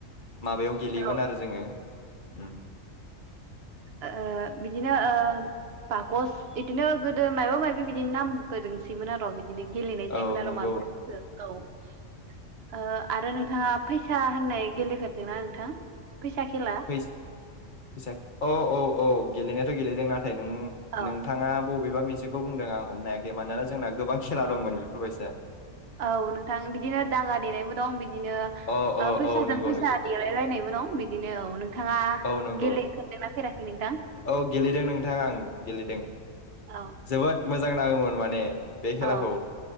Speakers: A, on the left (about 45°); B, on the right (about 55°).
A: माबायाव गेलेयोमोन
B: ओ
A: आरो जोङो। होम।
B: ओ ओ बिदिनो ओ बाकस इदिनो गोदो मायबा मायबि बिदिनो नाम-बो दोंसोमोन आर' बिद दिनो गेलेनाय
A: औ
B: जायोमोन
A: नंगौ
B: आरो मालब'रफोरखो गाव ओ आरो नोंथांङा फैसा होननाय गेलेफेरदोंना नोंथां। फैसा खेला
A: फैस-फैसा औ औ। औ गेलेनायाथ' गेलेदोंना? नाथाय नों
B: औ
A: नोंथाङा ब बैबा मोनसेखौ बुंदों आं हमनो हायाखै मानोना जोंना गोबां खेला दंमोन बेफोर बायसा।
B: औ नोंथां बिदिनो दागा देनायबो दं बिद बिदिनो
A: अ अ
B: ओ फैसाजों
A: औ नंगौ
B: फैसा
A: नंगौ
B: देलायलायनायबो दं बिदिनो औ नोंथाङा
A: औ नंगौ
B: गेलेफेरदोंना फेराखै? नोंथां?
A: औ गेलेदों नोंथां आं गेलेदों
B: औ
A: जोबोद मोज जां नाङोमोन माने बे
B: औ
A: खेलाखौ